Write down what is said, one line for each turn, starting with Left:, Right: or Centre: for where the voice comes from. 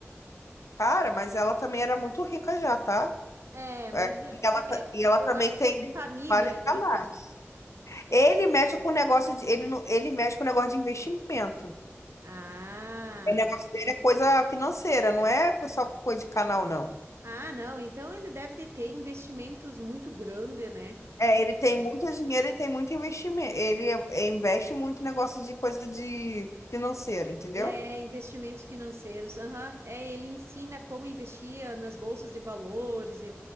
Left: Cara, mas ela também era muito rica já, tá?
Right: É, mas
Left: É,
Right: é,
Left: e ela, ta- e ela
Right: eu
Left: também
Right: acho
Left: tem
Right: que é de família
Left: vários
Right: rica.
Left: canais. Ele mexe com o negócio de, ele, não- ele mexe com o negócio de investimento.
Right: Ah,
Left: O negócio dele é coisa financeira, não é só coisa de canal, não.
Right: ah, não, então ele deve de ter investimentos muito grandes, né?
Left: É,
Right: Imagina.
Left: ele tem muito dinheiro e tem muito investimento. Ele é, investe muito em negócio de coisa de financeira, entendeu?
Right: É, investimentos financeiros, aham. É, ele ensina como investir ah, nas bolsas de valores e